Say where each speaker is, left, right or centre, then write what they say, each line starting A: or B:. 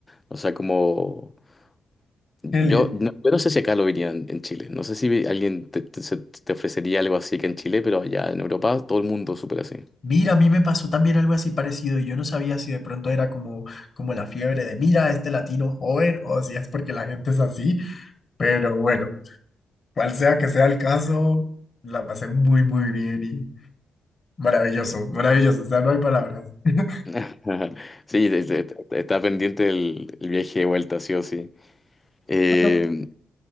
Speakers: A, on the left; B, on the left.
A: O sea, como... Yo
B: Qué lindo.
A: no, yo no sé si acá lo verían en Chile. No sé si alguien te, te- se- te ofrecería algo así que en Chile, pero allá en Europa todo el mundo súper así.
B: Mira, a mí me pasó también algo así parecido y yo no sabía si de pronto era como, como la fiebre de mira, este latino joven o si es porque la gente es así, pero bueno, cual sea que sea el caso, la pasé muy, muy bien y maravilloso, maravilloso, o sea, no hay palabras. <laughs>
A: <laughs> Ajá. Sí, es- es- está pendiente el, el viaje de vuelta, sí o sí. Eh,
B: Bueno,